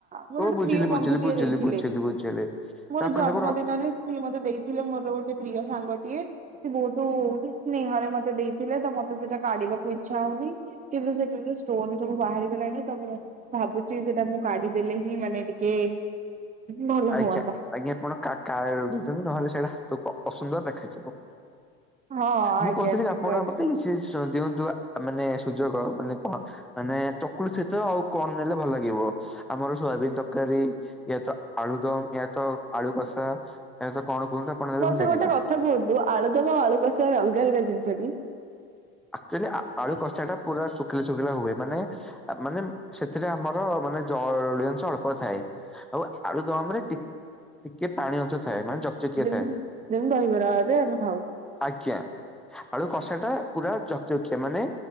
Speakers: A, on the right; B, in the centre.
A: ମୋର
B: ଓ
A: ଗୋଟେ
B: ବୁଝିଲି
A: ପ୍ରିୟ
B: ବୁଝିଲି
A: ବନ୍ଧୁଟିଏ
B: ବୁଝିଲି
A: ଦେଇଥିଲେ।
B: ବୁଝିଲି ବୁଝିଲି।
A: ମୋର
B: ତ ଆପଣ
A: ଜନ୍ମ
B: ତାକୁ ର
A: ଦିନରେ ସିଏ ମତେ ଦେଇଥିଲେ ମୋର ଗୋଟେ ପ୍ରିୟ ସାଙ୍ଗଟିଏ ସିଏ ବହୁତ ସ୍ନେହରେ ମତେ ଦେଇ। ତ ମତେ ସେଟା କାଢିବାକୁ ଇଚଛା ହଉନି କିନ୍ତୁ ସେଠ ଷ୍ଟୋନ ସବୁ ବାହାରିଲାଣି ତ ମୁଁ ଭାବୁଛି ସେଟା ମୁଁ କାଢିଦେଲେ ହିଁ ମାନେ ଟିକେ ଭଲ
B: ଆଜ୍ଞା
A: ହୁଅନ୍ତା
B: ଆଜ୍ଞା ଆପଣା କା ଉଠୁଛନ୍ତି ନହେଲେ ସେଇଟା ହାତକୁ ଅସୁନ୍ଦର ଦେଖାଯିବ।
A: ହଁ ଆଜ୍ଞା
B: ମୁଁ କହୁଥିଲି
A: ଠିକ
B: ଆପଣ
A: କହିଲେ।
B: ମତେ କି ସେ ଦିଅନ୍ତୁ ମାନେ ସୁଯୋଗ ମାନେ କଣ ମାନେ ଚକୁଲେ ସହିତ ଆଉ କଣ ନେଲେ ଭଲ ଲାଗିବ ଆମର ସୋୟାବିନ ତରକାରୀ ଇଏ ତ ଆଳୁଦମ ଏହା ତ ଆଳୁ କସ ଏହା କଣ କୁହନ୍ତୁ ଆପଣ ନେଲେ
A: ମତେ
B: ଭଲ ଲାଗିବ?
A: ଗୋଟେ କଥା କୁହନ୍ତୁ ଆଳୁଦବା ଆଉ ଆଳୁ କଷିବାର ଅଲଗା ଅଲଗା ଜିନିଷ। ଯଠି
B: ଆଚୁଆଲି ଆଳୁ କଷା ଟା ପୁରା ଶୁଖିଲା ଶୁଖିଲା ହୁଏ ମାନେ ମାନେ ସେ ସେଟା ଆମର ମାନେ ଜଳ ଜଶ ଅଳ୍ପ ଥାଏ। ଆଉ ଆଳୁ ଦମ ରେ ଟିକେ ପାଣି ଅଂଶ ଥାଏ ମାନେ ଜଚକିଆ
A: ଯେମିତି
B: ଥାଏ
A: ଯେମିତି ଦହିବରାରେ ଆମେ ଖାଉ
B: ଆଜ୍ଞା ଆଳୁ କଷା ଟା ପୁରା ଯକକିଆ ମାନେ